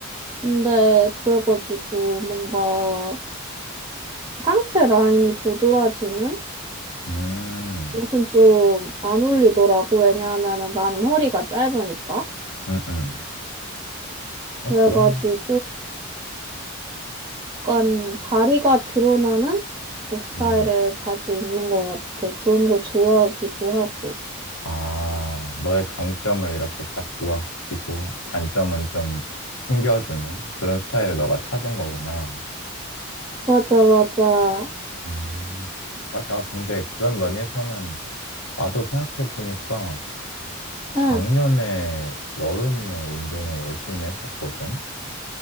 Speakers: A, on the right; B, on the left.
A: 근데 그래가지고 뭔가 상체 라인이 도드라지는
B: 음,
A: 옷은 좀 안 어울리더라고. 왜냐하면은 나는 허리가 짧으니까.
B: 음, 음. 어,
A: 그래가지고
B: 그럼,
A: 약간 다리가 드러나는 옷 스타일을
B: 음.
A: 자주 입는 것 같아. 그런 거 좋아하기도 하고.
B: 아, 너의 강점을 이렇게 딱 부각시키고, 단점은 좀 숨겨주는 그런 스타일을 너가 찾은 거구나.
A: 맞아, 맞아.
B: 음, 맞아. 근데 그런 면에서는 나도 생각해보니까
A: 응.
B: 작년에 여름에 운동을 열심히 했었거든.